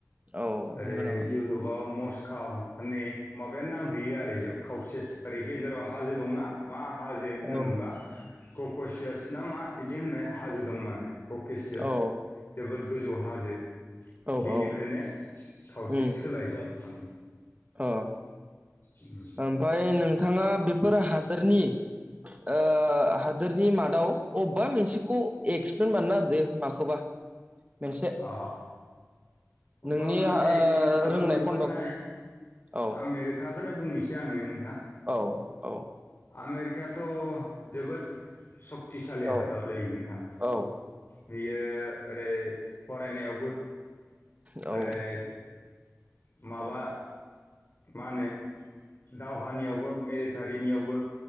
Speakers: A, on the right (about 25°); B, on the left (about 45°).
A: औ
B: ओरै
A: नंगौ नामा
B: इउ गोबाव मस्खाव होननाय माबाया नांहैयो आरो इयाव खावसे ओरै गेजेराव हाजो दंना? मा हाजो होनोमोनबा
A: औ
B: कक'सियास ना मा इदि होननाय हाजो दं मानो क'केसियास
A: औ
B: जोबोद गोजौ हाजो
A: औ
B: बेनिफ्रायनो
A: औ
B: खावसे
A: उम
B: सोलायो औ
A: अ
B: उम
A: ओमफाय नोंथाङा बेफोर हादोरनि ओ हादोरनि मादाव अबेबा मोनसेखौ एक्सप्लेन बानायना होदो माखोबा मोनसे
B: अ अबेबा
A: नोंनि
B: मोनसे
A: ओ
B: एक्सप्लेन खालामनोबाथाय
A: रोंनाय खन्द'खौ। औ
B: आमेरिकाखौनो बुंनोसै आङो नोंथां।
A: औ औ
B: आमेरिकायाथ' जोबोद सक्तिसालि
A: औ
B: हादरलै नोंथां।
A: औ
B: बियो ओरै फरायनायावबो
A: औ
B: ओरै माबा मा होनो दावहानियावबो मिलेटारिनियावबो